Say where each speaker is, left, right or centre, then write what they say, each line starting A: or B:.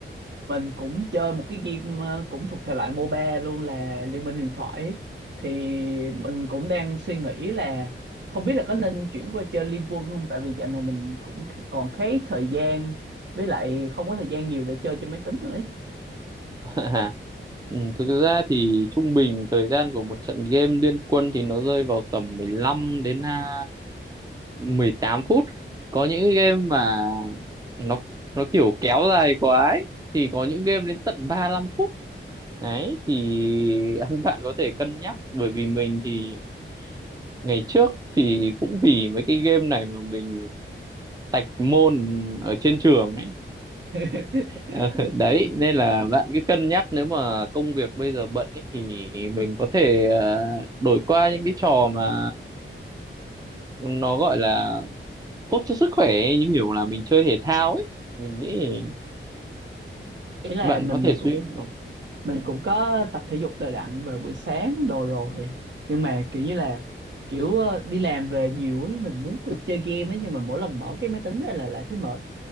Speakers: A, on the right; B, on the right.
A: mình cũng chơi một cái game ờ, cũng thuộc thể loại MOBA luôn là Liên minh huyền thoại. ấy. Thì mình cũng đang suy nghĩ là không biết là có nên chuyển qua chơi Liên quân không? Tại vì dạo này mình cũng kh- còn khá ít thời gian với lại không có thời gian nhiều để chơi trên máy tính nữa. ấy.
B: <laughs> ừ, thực ra thì trung bình thời gian của một trận game liên quân thì nó rơi vào tầm 15 đến à, 18 phút. Có những game mà nó nó kiểu kéo dài quá ấy, thì có những game đến tận 35 phút. Đấy thì <laughs> anh bạn có thể cân nhắc bởi vì mình thì ngày trước thì cũng vì mấy cái game này mà mình tạch môn ở trên trường ấy.
A: <laughs>
B: Ờ, đấy nên là bạn cứ cân nhắc nếu mà công việc bây giờ bận ý, thì mình có thể ờ, đổi qua những cái trò mà nó gọi là tốt cho sức khỏe ấy, như kiểu là mình chơi thể thao ấy mình nghĩ
A: Ý là
B: bạn
A: mình
B: có thể
A: cũng
B: suy
A: mình
B: Ừ.
A: cũng có tập thể dục đều đặn về buổi sáng đồ rồi nhưng mà kiểu như là kiểu ờ, đi làm về nhiều ấy mình muốn được chơi game ấy nhưng mà mỗi lần mở cái máy tính ra là lại thấy mệt